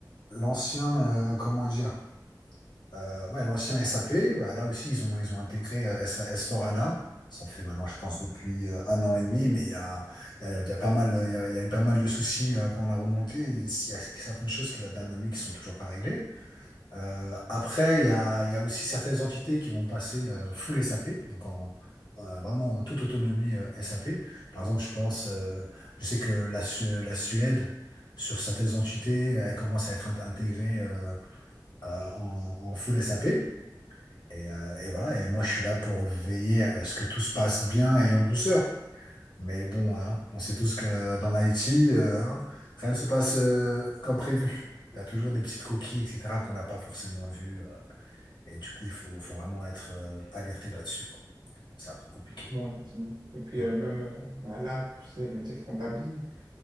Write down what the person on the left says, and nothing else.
l'ancien, euh, comment dire? Euh, ouais, l'ancien SAP, bah, là aussi, ils ont, ils ont intégré euh, S- S4HANA. Ça fait maintenant, je pense, depuis euh, un an et demi, mais il y a, il y a, il y a pas mal, euh, il y a, il y a eu pas mal de soucis euh, pendant la remontée. Il y a certaines choses qui datent d'un an et demi qui sont toujours pas réglées. Euh, après, il y a, il y a aussi certaines entités qui vont passer euh, full SAP, donc en, euh, vraiment en toute autonomie euh, SAP. Par exemple, je pense, euh, je sais que la, Su- la Suède, sur certaines entités, euh, elle commence à être int- intégrée euh, euh, en, en full SAP. Et, euh, et voilà, et moi je suis là pour veiller à ce que tout se passe bien et en douceur. Mais bon, hein, on sait tous que dans l'IT, euh, hein, rien ne se passe euh, comme prévu. Il y a toujours des petites coquilles, etc., qu'on n'a pas forcément vues. euh, et du coup, il faut, faut vraiment être euh, alerté là-dessus, quoi. C'est un peu compliqué.
Ouais,